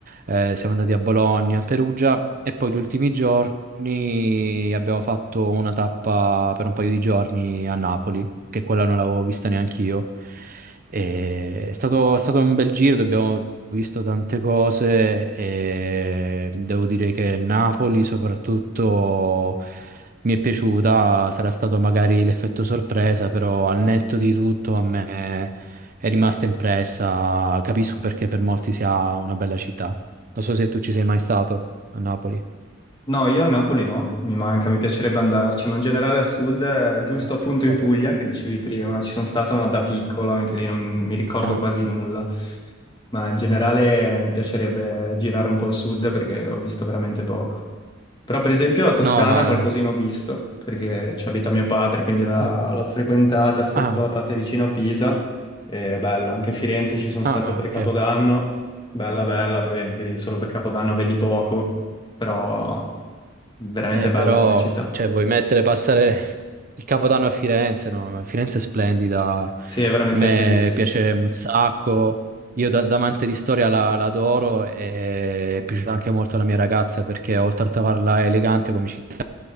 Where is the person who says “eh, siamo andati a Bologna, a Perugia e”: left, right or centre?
Right